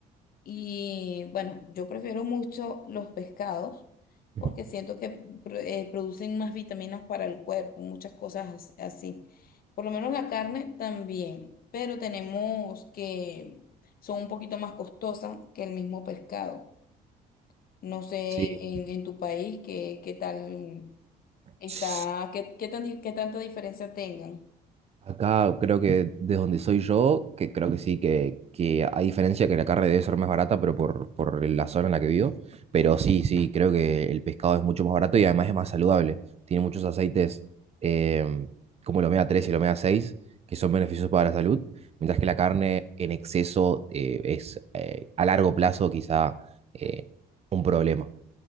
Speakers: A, on the left; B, on the right.
A: Y bueno, yo prefiero mucho los pescados porque
B: Ujú.
A: siento que pro- eh, producen más vitaminas para el cuerpo, muchas cosas as- así. Por lo menos la carne también, pero tenemos que son un poquito más costosas que el mismo pescado. No sé
B: Sí.
A: en, en tu país qué, qué tal está,
B: Sí.
A: qué, qué tan di- qué tanta diferencia tengan.
B: Acá creo que desde donde soy yo, que creo que sí, que, que a diferencia que la carne debe ser más barata, pero por, por la zona en la que vivo, pero sí, sí, creo que el pescado es mucho más barato y además es más saludable. Tiene muchos aceites eh, como el omega 3 y el omega 6 que son beneficiosos para la salud, mientras que la carne en exceso eh, es eh, a largo plazo quizá eh, un problema.